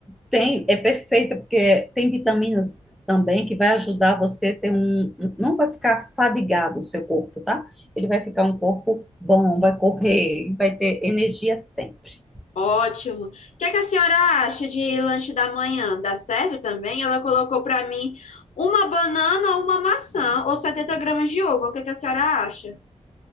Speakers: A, in the centre; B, on the left (about 80°).
A: Tem, é perfeita porque tem vitaminas também que vai ajudar você a ter um, um- não vai ficar fadigado o seu corpo, tá? Ele vai ficar um corpo bom, vai correr, vai ter energia sempre.
B: ótimo. O que é que a senhora acha de lanche da manhã? Dá certo também? Ela colocou para mim uma banana ou uma maçã ou 70 gramas de ovo. O que é que a senhora acha?